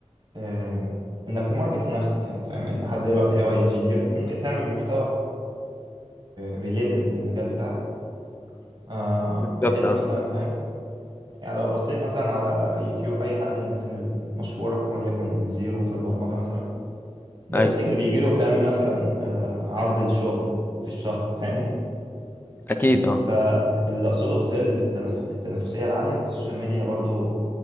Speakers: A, on the right; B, on the left.
A: آم، انك تماركت لنفسك يعني فاهم انت حد دلوقتي اي اي انجينير ممكن تعمل محتوى ريليتد بالمجال بتاعك آه،
B: بالظبط
A: بحيث
B: اه
A: مثلا فاهم يعني لو بصيت مثلا على يوتيوب اي حد من الناس المشهورة وليكن الزيرو في البرمجة مثلا ده
B: اي
A: تفتكر بيجي له كام مثلا آه، عرض الشغل في الشهر <laughs> فاهمني
B: اكيد اه
A: فاللي اقصده في ظل التنف... التنافسية العالية السوشيال ميديا برضو